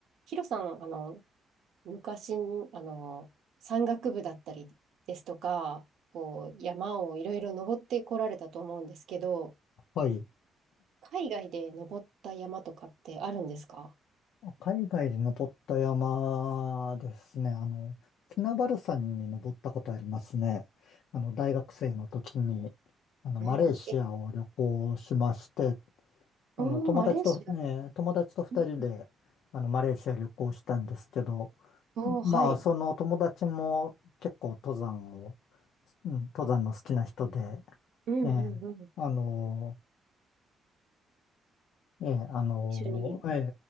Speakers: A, on the right; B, on the left.
A: ヒロさん、あの、昔、あの、山岳部だったりですとか、こう、山をいろいろ登ってこられたと思うんですけど、
B: はい。
A: 海外で登った山とかってあるんですか
B: 海外で登った山ですね。あの、キナバル山に登ったことありますね。あの、大学生の時に、あの、
A: あえ、
B: マレーシアを旅行しまして、
A: おー、
B: あの、友達とね、
A: マレーシア。
B: 友達と二人で、
A: うんうん
B: あの、マレーシア旅行したんですけど、
A: おー、はい。
B: まあ、その友達も結構登山を、うん、登山の好きな人で、
A: うんうんうん。
B: ええ、あの、ええ、あの、
A: 一緒に、
B: え